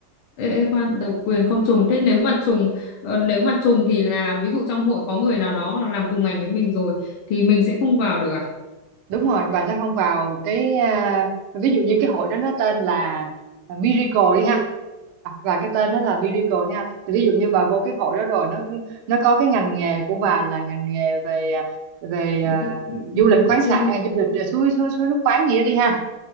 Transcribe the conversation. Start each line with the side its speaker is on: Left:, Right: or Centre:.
Left: ê, ê, khoan độc quyền không trùng thế nếu mà trùng ờ, nếu mà trùng thì là ví dụ trong hội có người nào đó là làm cùng ngành với mình rồi thì mình sẽ không vào được à
Right: đúng rồi bà sẽ không vào cái à, ví dụ như cái hội đó nó tên là Miracle đi ha À, và cái tên đó là Miracle đi ha thì ví dụ như bà vô cái hội đó rồi nó nó có cái ngành nghề của bà là ngành nghề về à, về
Left: Về
Right: à,
Left: thiết bị
Right: du lịch khoáng
Left: vệ sinh
Right: sản à, du lịch à, suối suối suối nước khoáng gì đó đi ha